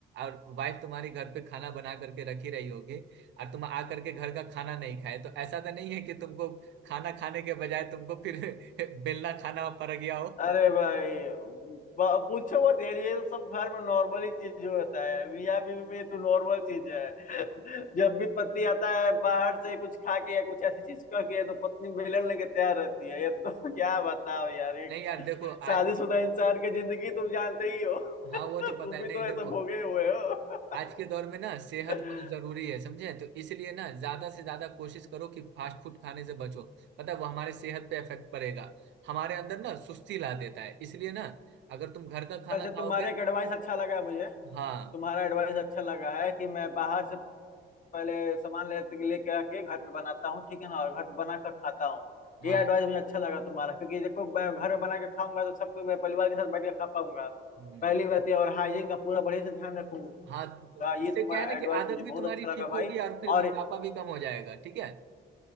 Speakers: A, on the right; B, on the left.
A: और वाइफ तुम्हारी घर पे खाना बना करके रखी रही होगी और तुम आ करके घर का खाना नहीं खाए तो ऐसा तो नहीं है कि तुमको खाना खाने के बजाय तुमको फिर <laughs> बेलना खाना पड़ गया हो
B: अरे भाई ब- पूछो मत यार ये तो सब घर में नॉर्मल ही चीज होता है मियाँ बीवी में ये तो नॉर्मल चीज है जब भी पति आता है बाहर से कुछ खा के या कुछ ऐसी चीज करके तो पत्नी बेलन लेके तैयार रहती है ये तो <laughs> क्या बताओ यार एक
A: नहीं यार देखो आ,
B: शादीशुदा इंसान की जिंदगी तुम जानते ही हो
A: हाँ
B: <laughs> तुम
A: वो तो पता है
B: भी
A: नहीं
B: तो
A: देखो
B: ऐसा भोगे हुए हो
A: आज के दौर में ना सेहत
B: <laughs>
A: बहुत जरूरी है समझे तो इसलिए ना ज्यादा से ज्यादा कोशिश करो कि फास्ट फूड खाने से बचो पता है वो हमारे सेहत पे इफेक्ट पड़ेगा हमारे अंदर ना सुस्ती ला देता है इसलिए ना अगर तुम घर का खाना
B: वैसे
A: खाओगे
B: तुम्हारा एक एडवाइस अच्छा लगा है मुझे
A: हाँ
B: तुम्हारा एडवाइस अच्छा लगा है कि मैं बाहर से पहले सामान ले लेके आके घर पे बनाता हूँ ठीक है ना और घर पे बना कर खाता हूँ
A: हाँ
B: ये एडवाइस मुझे अच्छा लगा तुम्हारा क्योंकि देखो मैं घर में बना के खाऊंगा तो सब कुछ मैं परिवार के साथ बैठ के खा पाऊंगा
A: हम्म,
B: पहली बात ये और हाइजीन का पूरा बढ़िया से ध्यान रखूंगा
A: हाँ तो
B: ये
A: इससे
B: तुम्हारा
A: क्या है ना
B: एडवाइस
A: कि आदत
B: मुझे
A: भी
B: बहुत
A: तुम्हारी
B: अच्छा लगा
A: ठीक
B: भाई
A: होगी और फिर
B: और
A: मोटापा भी कम हो जाएगा ठीक है